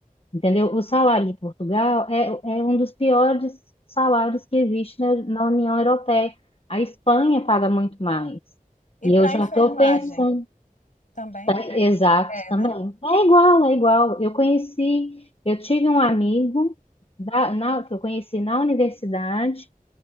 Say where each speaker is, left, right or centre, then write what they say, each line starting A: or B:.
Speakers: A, on the left (about 40°); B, on the left (about 60°).
A: entendeu? O salário de Portugal é, é um dos piores salários que existe na, na União Europeia. A Espanha paga muito mais.
B: E
A: E
B: para
A: eu já
B: enfermagem?
A: estou pensando,
B: Também?
A: tá? exato,
B: É,
A: também.
B: né?
A: É igual, é igual. Eu conheci, eu tive um amigo da- na- que eu conheci na universidade